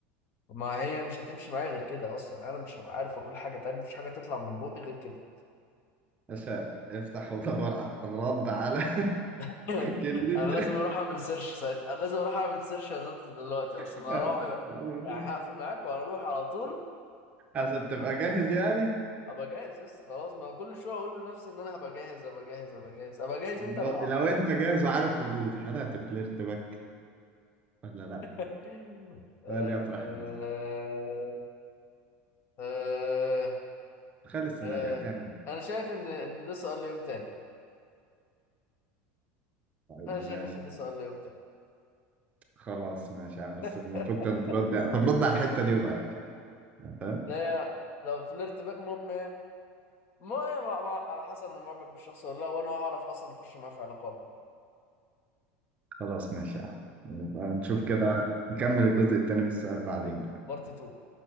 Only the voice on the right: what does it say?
عشان افتح ودور على الرد على <laughs>
كلمة
<laughs>
هتتعوض.
عشان تبقى جاهز يعني
ب-
لو انت جاهز وعارف ردود هل هتفلرت باك ولا لا؟
سؤال يطرح
نفسه
تخيل السيناريو
هتعمل
إيه؟ طيب
ماشي
خلاص ماشي يا عم بس
المفروض كنت ترد يعني. طب رد على الحتة دي بقى يعني فاهم
خلاص ماشي يا عم نبقى نشوف كده نكمل الجزء التاني من السؤال بعدين بقى